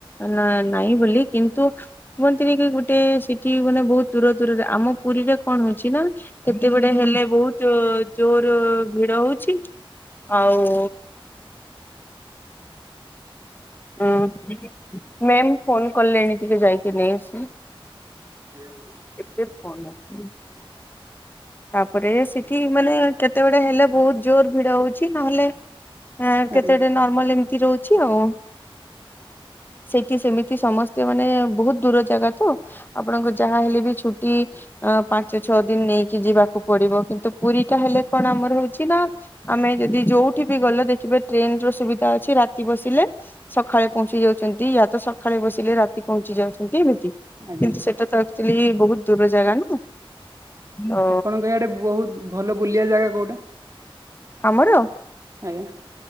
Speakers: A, on the left; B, on the right.
A: ନାଁ ନାଁ ନାଁହିଁ ବୋଲି କିନ୍ତୁ କୁହନ୍ତିନି କି ଗୋଟେ ସେଠି ମାନେ ବହୁତ ଦୂର ଦୂରରେ ଆମ ପୁରୀରେ କଣ ହଉଛି ନା କେତେ ଗୁଡେ ହେଲେ ବହୁତ ଜୋର ଭିଡ ହଉଛି ଆଉ ଉଁ ମ୍ୟାମ୍ ଫୋନ କଲେଣି ଟିକେ ଯାଇକି ନେଇଆସିବ।
B: ସିଏ ବହୁତ
A: ଏ ଫୋନ୍ ଆସିଲେଇଁ। ତାପରେ ସେଠି ମାନେ କେତେବେଡେ ହେଲେ ବହୁତ ଜୋର ଭିଡ ହଉଛି ନହେଲେ କେତେଟେ
B: ଆଜ୍ଞା
A: ନର୍ମାଲ ଏମିତି ରହୁଚି ଆଉ ସେଠି ସେମିତି ସମସ୍ତେ ମାନେ ବହୁତ ଦୂର ଜାଗା ତ ଆପଣଙ୍କୁ ଯାହା ହେଲେ ବି ଛୁଟି ଆଁ ପାଞ୍ଚ ଛଅ ଦିନ୍ ନେଇକି ଯିବାକୁ ପଡିବ କିନ୍ତୁ ପୁରୀ ଟା ହେଲେ କଣ ଆମର ହଉଛି ନା ଆମେ ଯଦି ଯୋଉଠି ବି ଗଲେ ଦେଖିବେ ଟ୍ରେନ ର ସୁବିଧା ଅଛି ରାତି ବସିଲେ ସଖାଳେ ପହଞ୍ଚି ଯାଉଛନ୍ତି ୟା ତ ସଖାଳେ ବସିଲେ ରାତି ପହଞ୍ଚି ଯାଉଛନ୍ତି ଏମିତି
B: ଆଜ୍ଞା
A: କିନ୍ତୁ ସେଟା ତ ଆକଟୁଆଲ୍ଲୀ ବହୁତ ଦୂର ଜାଗା ନା ଓ
B: ଆପଣଙ୍କ ଇଆଡେ ବହୁତ ଭଲ ବୁଲିବା ଜାଗା କୋଉଟା
A: ଆମର
B: ଆଜ୍ଞା